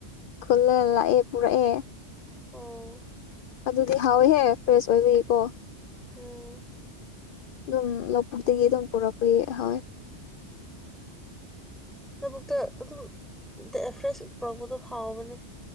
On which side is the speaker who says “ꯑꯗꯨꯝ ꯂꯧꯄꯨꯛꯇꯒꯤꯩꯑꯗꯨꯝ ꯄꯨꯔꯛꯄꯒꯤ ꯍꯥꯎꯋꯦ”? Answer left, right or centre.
Left